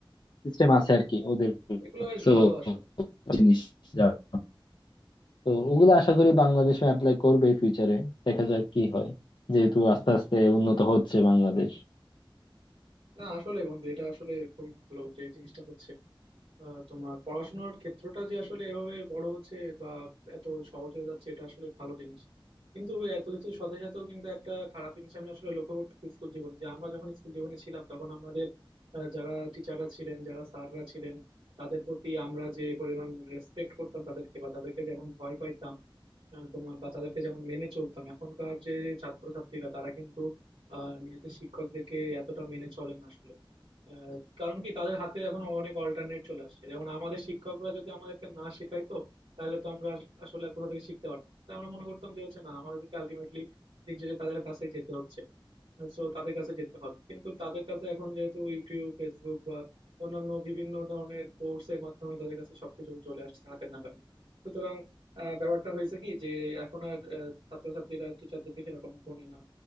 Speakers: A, on the left; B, on the right.
A: সিস্টেম আছে আর কি ওদের
B: এগুলো বেশ
A: তো
B: ভালো আসলে
A: জিনিস যা- তো ওগুলো আশা করি বাংলাদেশে অ্যাপ্লাই করবে ফিউচারে দেখা যাক কি হয় যেহেতু আস্তে আস্তে উন্নত হচ্ছে বাংলাদেশ
B: না আসলে বন্ধু এটা আসলে খুব ভালো যে জিনিসটা হচ্ছে আহ, তোমার পড়াশোনার ক্ষেত্রটা যে আসলে এভাবে বড় হচ্ছে বা এত সহজ হয়ে যাচ্ছে এটা আসলে ভালো জিনিস কিন্তু এত কিছুর সাথে সাথেও কিন্তু একটা খারাপ জিনিস আমি আসলে লক্ষ্য করতেছি স্কুল জীবনে যে আমরা যখন স্কুল জীবনে ছিলাম তখন আমাদের আহ, যারা টিচাররা ছিলেন যারা স্যাররা ছিলেন তাদের প্রতি আমরা যে পরিমাণ রেসপেক্ট করতাম তাদেরকে বা তাদেরকে যেমন ভয় পাইতাম আহ, তোমার বা তাদেরকে যেমন মেনে চলতাম এখনকার যে ছাত্রছাত্রীরা তারা কিন্তু আহ, নিজেদের শিক্ষকদেরকে এতটা মেনে চলে না আসলে আহ, কারণ কি তাদের হাতে এখন অনেক অল্টারনেট চলে আসছে যেমন আমাদের শিক্ষকরা যদি আমাদেরকে না শেখাইতো তাহলে তো আমরা আস- আসলে আর কোথা থেকে শিখতে পারতাম তাই আমরা মনে করতাম যে হচ্ছে না আমাদেরকে আলটিমেটলি নিজেদের তাদের কাছেই যেতে হচ্ছে সো তাদের কাছে যেতে হবে কিন্তু তাদের কাছে এখন যেহেতু ইউটিউব ফেসবুক বা অন্যান্য বিভিন্ন ধরনের কোর্স এর মাধ্যমে তাদের কাছে সবকিছু চলে আসছে হাতের নাগালে সুতরাং আহ, ব্যাপারটা হয়েছে কি যে এখন আর আহ, ছাত্রছাত্রীরা টিচারদেরকে সেরকম গুনে না